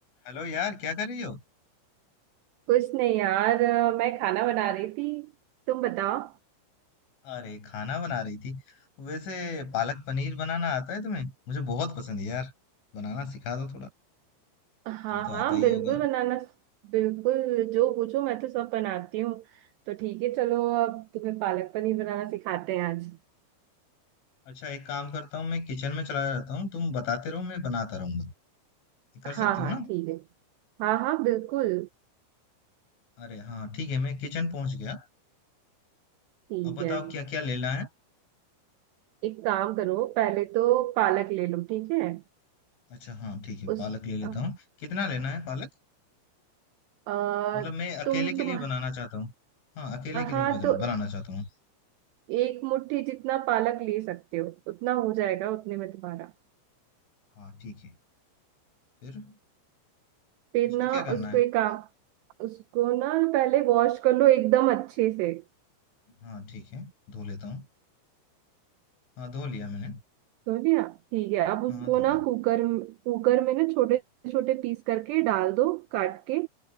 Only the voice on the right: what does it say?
कुछ नहीं यार अ, मैं खाना बना रही थी तुम बताओ
हाँ
हाँ
बिल्कुल
बनाना बिल्कुल जो पूछो मैं तो सब बनाती हूँ तो ठीक है चलो अब तुम्हें पालक पनीर बनाना सिखाते हैं आज
हाँ
हाँ
ठीक है हाँ हाँ बिल्कुल
ठीक
है
एक काम करो पहले तो पालक ले लो ठीक है
उस
अ,
अ,
तुम
तुम
हाँ
तो
एक मुट्ठी जितना पालक ले सकते हो उतना हो जाएगा उतने में तुम्हारा
फिर
ना
उसको
एक काम उसको ना पहले वॉश कर लो एकदम अच्छे से
तो लिया ठीक है अब उसको
ना
कुकर कुकर में ना छोटे छोटे पीस करके डाल दो काट के